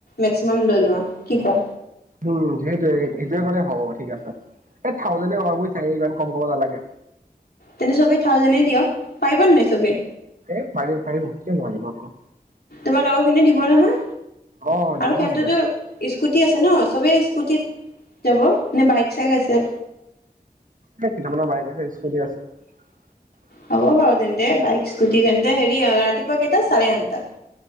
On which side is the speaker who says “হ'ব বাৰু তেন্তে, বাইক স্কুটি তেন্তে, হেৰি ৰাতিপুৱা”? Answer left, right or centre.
Left